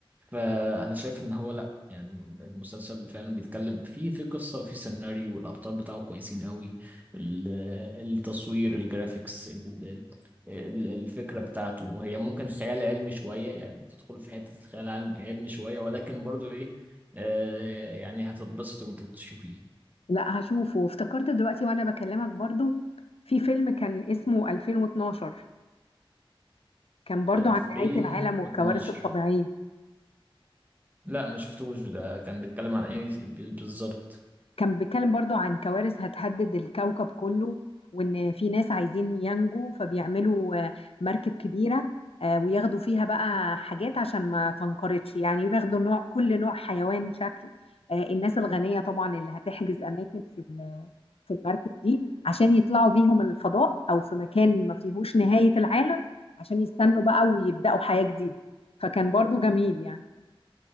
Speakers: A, on the right; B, on the left.
A: فانا شايف ان هو لا يعني المسلسل فعلا بيتكلم في في قصه في سيناريو الابطال بتاعه كويسين قوي ال- التصوير الجرافيكس ال- ال- الفكره بتاعته وهي ممكن خيال علمي شويه يعني بتدخل في حته خيال علم- علمي شويه ولكن برضو ايه آه يعني هتتبسط وانت بتشوفيه
B: لا هشوفه افتكرت دلوقتي وانا بكلمك برضو في فيلم كان اسمه 2012 كان برضو
A: 2012
B: عن نهاية العالم والكوارث الطبيعية
A: لا ما شفتوش ده كان بيتكلم عن ايه بي- بالظبط
B: كان بيتكلم برضو عن كوارث هتهدد الكوكب كله وان في ناس عايزين ينجوا فبيعملوا آه، مركب كبيرة آه، وياخدوا فيها بقى حاجات عشان ما تنقرضش يعني بياخدوا نوع كل نوع حيوان شكل آه، الناس الغنية طبعا اللي هتحجز أماكن في ال- في المركب دي عشان يطلعوا بيهم الفضاء أو في مكان ما فيهوش نهاية العالم عشان يستنوا بقى ويبدأوا حياة جديدة فكان برضو جميل يعني